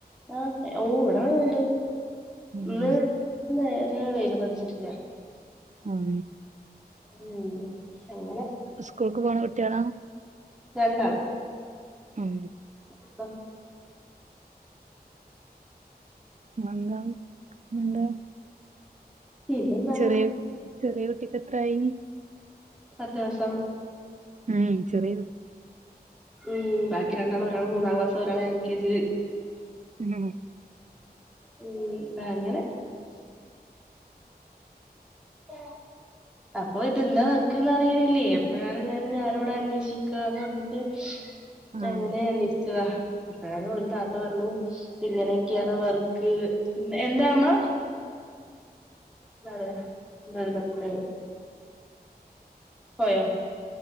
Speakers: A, in the centre; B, on the right.
A: ആഹ് ഓഹ് വ്ടെ വെള്ളണ്ട്
B: ഉം
A: ഇന്ന് നേര്യെ വെയ്ലൊന്നും അട്ച്ച്ട്ടില്ലാ
B: ഊം
A: <unintelligible> അങ്ങെനെ
B: സ്കൂൾക്ക് പോണ കുട്ട്യാളാ
A: രണ്ടാള്
B: ഊം
A: പ്പം
B: ന്നെന്താ പിന്നെന്താ
A: പിന്നെന്താ
B: ചെറിയ ചെറിയ കുട്ടിക്കെത്രായീ
A: പത്ത് മാസം
B: ഉം ചെറ്യെ
A: ഉം ബാക്കി രണ്ടാള് ഒരാള് മൂന്നാം ക്ലാസ് ഒരാള് എൽ കെ ജീല്
B: ഉം
A: ഉം പ്പാ അങ്ങെനെ <unintelligible> അപ്പൊ ഇത് എന്താ വർക്ക്ന്ന് അറിയ്ണില്ലേ അപ്പഴാണ് ഞാന് ഞ്ഞാരോടാ അന്വേഷിക്കാന്ന് പർഞ്ഞിട്ട്
B: ആഹ്
A: അങ്ങെനെ നി <unintelligible> താ അപ്പഴാണ് ഒര് താത്ത പർഞ്ഞു ഇങ്ങെനെക്കെയാണ് വർക്ക് എന്താ അമ്മാ നാളെ <unintelligible> പോയാേ